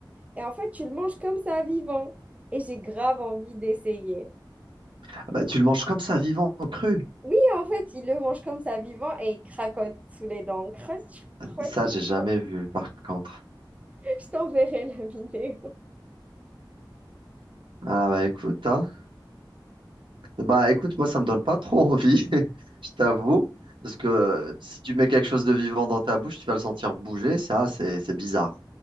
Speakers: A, on the right; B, on the right.
A: Et en fait, tu le manges comme ça, vivant. Et j'ai grave envie d'essayer.
B: Ah Bah, tu le manges comme ça, vivant, cru.
A: Oui, en fait, il le mange comme ça, vivant, et il cracote sous les dents. Croche, croche,
B: Ça, j'ai
A: croche.
B: jamais vu, par contre.
A: Je t'enverrai la vidéo.
B: Ah, bah écoute, hein. Bah écoute, moi, ça me donne pas trop envie, <laughs> je t'avoue. Parce que si tu mets quelque chose de vivant dans ta bouche, tu vas le sentir bouger. Ça, c'est c'est bizarre.